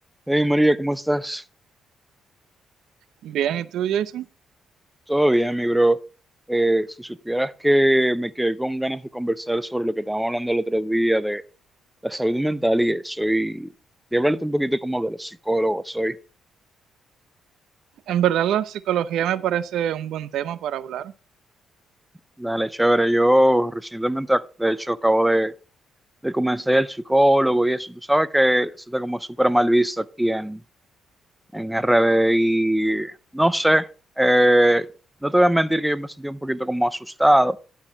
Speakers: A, in the centre; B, on the right.
A: Hey María, ¿cómo estás?
B: Bien, ¿y tú, Jason?
A: Todo bien, mi bro. Eh, si supieras que me quedé con ganas de conversar sobre lo que estábamos hablando el otro día de la salud mental y eso, y de hablarte un poquito como de los psicólogos soy.
B: En verdad, la psicología me parece un buen tema para hablar.
A: Dale, chévere. Yo recientemente, de hecho, acabo de, de comenzar el psicólogo y eso. Tú sabes que eso está como súper mal visto aquí en, en RD y no sé, eh, no te voy a mentir que yo me sentí un poquito como asustado,